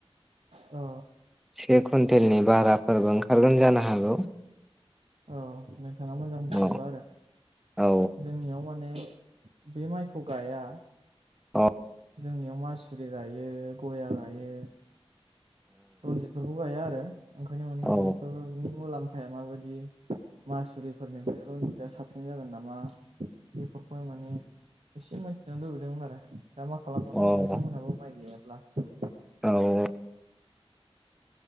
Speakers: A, on the right (about 70°); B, in the centre.
A: अ
B: से कुइन्टेलनि बाराफोरबो ओंखारगोन जानो हागौ
A: औ नोंथाङा मोजां मिथिजोबा
B: औ
A: आरो
B: औ
A: जोंनियाव माने बे माइखौ गाया
B: औ
A: जोंनियाव मासुरि गायो गया गायो रनजितखौ गाया आरो ओंखायनो माने
B: औ
A: बेफोरनि मुलाम फाया माबायदि मासुरिफोरनिफ्राय रनजितआ साबसिन जागोन नामा बेफोरखौ माने से मानथिनो लुुबैदोंमोन आरो। दा मा खालामबावनो
B: औ
A: नोंथांमोनहाबो माइ गाया <unintelligible>
B: औ